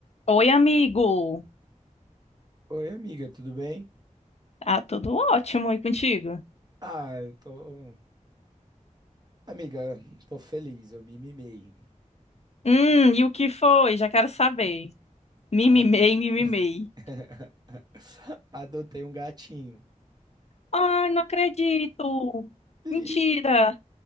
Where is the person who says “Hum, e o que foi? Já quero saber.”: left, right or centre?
Left